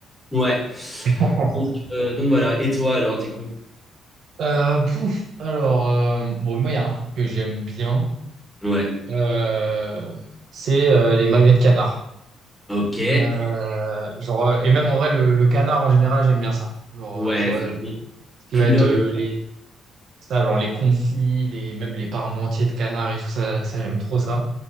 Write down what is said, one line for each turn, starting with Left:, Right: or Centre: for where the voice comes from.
Centre: Ouais.
Right: <laughs>
Centre: Donc, euh, donc voilà. Et toi, alors, du coup?
Right: Euh, pouf, alors, euh, bon, moi, il y a un truc que j'aime bien,
Centre: Ouais.
Right: euh, c'est euh, les magrets de canard.
Centre: Ok.
Right: Euh, genre, euh, et même en vrai, le, le canard en général, j'aime bien ça. Genre,
Centre: Ouais,
Right: euh, tu vois,
Centre: c'est
Right: euh,
Centre: bon.
Right: ce qui
Centre: Plus
Right: va
Centre: noble.
Right: être euh, les, ça, genre les confits, les, même les parmentiers de canard et tout ça, ça j'aime trop ça.